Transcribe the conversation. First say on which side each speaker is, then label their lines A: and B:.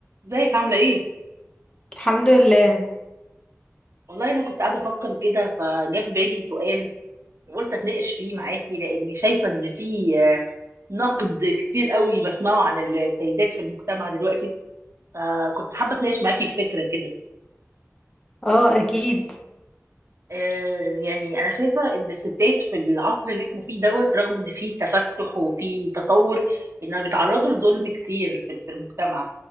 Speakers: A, on the right; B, on the left.
A: ازيك عاملة ايه؟
B: الحمد لله
A: والله انا كنت قاعدة افكر كده فجاء في بالي سؤال وقلت اتناقش فيه معاكي لاني شايفة ان في آه، نقد كتير قوي بسمعه عن السيدات في المجتمع دلوقتي فكنت حابة اتناقش معاكي في فكرة كده
B: اه اكيد
A: آه، يعني انا شايفة ان الستات في العصر اللي احنا فيه دوت رغم ان في تفتح وفي تطور انها بيتعرضوا لظلم كتير في في المجتمع